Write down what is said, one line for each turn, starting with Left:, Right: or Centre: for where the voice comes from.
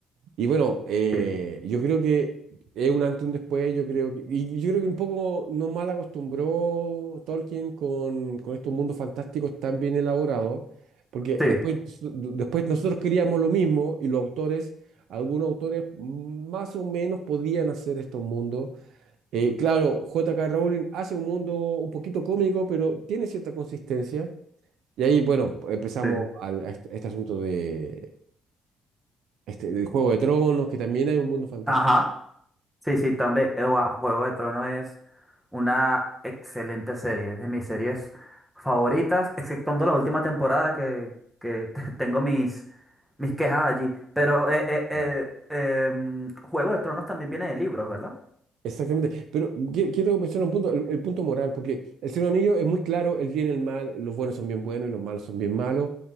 Right: Y bueno, eh,
Centre: sí,
Right: yo creo que es un antes y un después, yo creo que, y yo creo que un poco nos mal acostumbró Tolkien con, con estos mundos fantásticos tan bien elaborados, porque
Centre: sí,
Right: después, s- después nosotros queríamos lo mismo y los autores, algunos autores más o menos podían hacer estos mundos. Eh, claro, J K Rowling hace un mundo un poquito cómico, pero tiene cierta consistencia. Y ahí, bueno, empezamos
Centre: sí.
Right: al- a este, este asunto de, este, del Juego de Tronos, que también hay un mundo fantástico.
Centre: Ajá. Sí, sí, también. eh, guau, Juego de Tronos es una excelente serie. Es de mis series favoritas, exceptuando la última temporada que, que <laughs> te- tengo mis, mis quejas allí. Pero eh, eh, eh,
Right: Mm.
Centre: eh, mm, Juego de Tronos también viene de libros, ¿verdad?
Right: Exactamente, pero qui- quiero mencionar un punto, el, el punto moral, porque el Señor Anillo es muy claro, el bien y el mal, los buenos son bien buenos y los malos son bien malos,